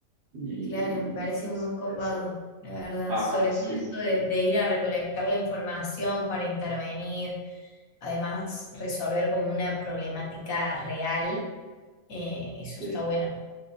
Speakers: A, on the right; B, on the left.
A: Y
B: Claro, me parece
A: pues
B: muy copado,
A: de eso.
B: la verdad.
A: Ajá,
B: Sobre
A: sí,
B: todo esto de, de ir a recolectar la información para intervenir, además resolver como una problemática real, eh, eso
A: sí,
B: está bueno.